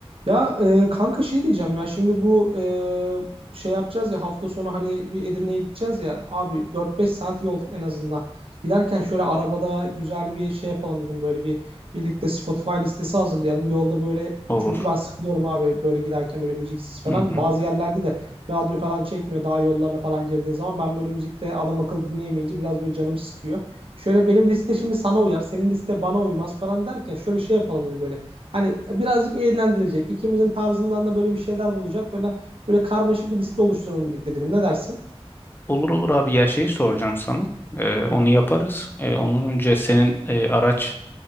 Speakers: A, on the right; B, on the left.
A: Ya e, kanka şey diyeceğim ya şimdi bu e, şey yapacağız ya hafta sonu hani bir Edirne'ye gideceğiz ya abi dört beş saat yol en azından. Giderken şöyle arabada güzel bir şey yapalım dedim böyle bir birlikte Spotify listesi hazırlayalım. Yolda böyle
B: Olur.
A: çünkü ben sıkılıyorum abi böyle giderken böyle müziksiz falan.
B: Hı hı.
A: Bazı yerlerde de radyo falan çekmiyor daha yollarına falan girdiğin zaman ben böyle müzikte adam akıllı dinleyemeyince biraz böyle canım sıkıyor. Şöyle benim liste şimdi sana uyar, senin liste bana uymaz falan derken şöyle şey yapalım dedim böyle. Hani birazcık eğlendirecek, ikimizin tarzından da böyle bir şeyler bulacak falan. Böyle karmaşık bir liste oluşturalım birlikte dedim. Ne dersin?
B: Olur olur abi ya şey soracağım sana. Ee, onu
A: Hı.
B: yaparız. Ee, ondan önce senin e, araç